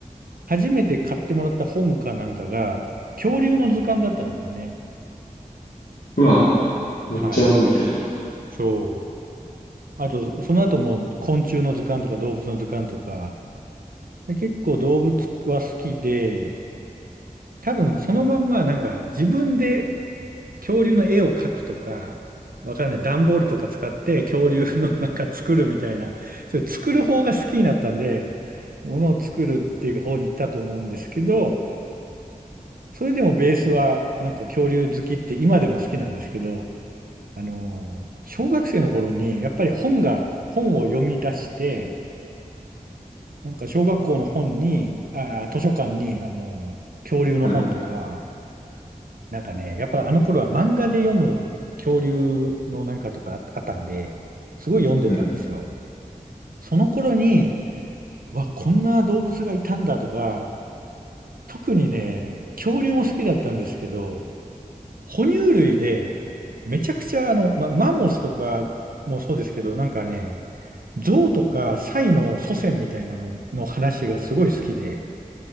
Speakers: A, on the right; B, on the left.
A: 初めて買ってもらった本かなんかが、恐竜の図鑑だったんですよね。
B: うわ、めっちゃ覚えてるな。
A: はい。そう。あと、その後も昆虫の図鑑とか動物の図鑑とか、で結構動物は好きで、多分そのまんまなんか自分で恐竜の絵を描くとか、わかんない。段ボールとか使って恐竜のなんか作るみたいな、それ作る方が好きになったんで、ものを作るっていう方に行ったと思うんですけど、それでもベースはなんか恐竜好きって今でも好きなんですけど、あの、小学生の頃にやっぱり本が、本を読み出して、なんか小学校の本に、あー、図書館に、あの、恐竜の本とか、
B: はい。
A: なんかね、やっぱあの頃は漫画で読む恐竜のなんかとかああったんで、すごい読んでたんですよ。
B: はい。
A: その頃に、うわ、こんな動物がいたんだとか、特にね、恐竜も好きだったんですけど、哺乳類で、めちゃくちゃあの、ま、マンモスとかもそうですけど、なんかね、象とかサイの祖先みたいなのの話がすごい好きで、